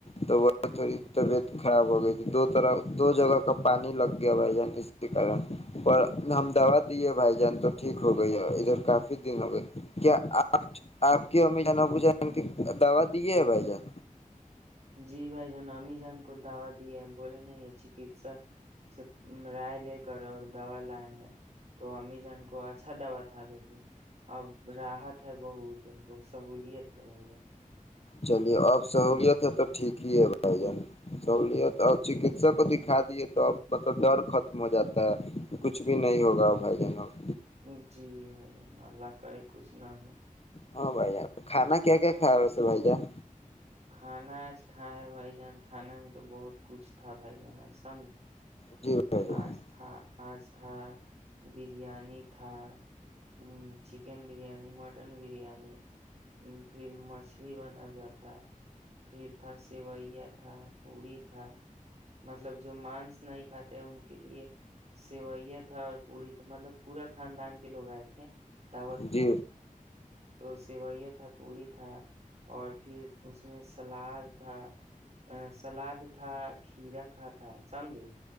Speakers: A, on the left (about 45°); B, on the right (about 55°).
A: تو ب تھوڑی
B: جی
A: طبیعت خراب ہو گئی تھی دو طرح دو جگہ کا پانی لگ گیا بھائی جان اس کے کارن پر ہم
B: اچھا
A: دوا دی ہے بھائی جان تو ٹھیک ہو گئی ہے ادھر کافی دن ہو گئے کیا آپ آپ کی امی جان ب جان کی دوا دیے ہے بھائی جان
B: جی بھائی جان امی جان کو دوا دییا بولے نہیں یہ چکسا سے رائے لے کر اور دوا لائے ہیں تو امی جان کو اچھا دوا تھا لیکن اب راحت ہے بہت ان کو سہولیت ہے بھائی جان
A: چلیے اب سہولیت ہے تو ٹھیک ہی ہے بھائی جان سہوولت اور چکسک کو دکھا دیے تو اب مطلب ڈر ختم ہو جاتا ہے کچھ بھی نہیں ہوگا بھائی جان اب
B: جان جی بھائی جان اللہ کرے کچھ نہ ہو
A: ہاں بھائی جان کھانا کیا کیا کھیا وسے بھائی جان
B: کھانا آج کھا ہے بھائی جان کھانا میں تو بہت کچھ تھا بھائی جانا سمجھ
A: جی بھائی جان
B: آج تھا آج تھا برییانی تھا ہ چکن بریانی مٹن بریانی پھر مچھلی بنا ہوا تھا پھر تھا سیویا تھا پوی تھا مطلب جو مانس نہیں کاتا ان کے لیے سوئیا تھا اور پوری مطلب پورا خاندان کے لوگ آئے تھے دعوت
A: جی
B: پہ تو سویا تھا پوری تھا اور پھر اس میں سلاد تھا سلاد تھا کھیرا کا تھا سمجھے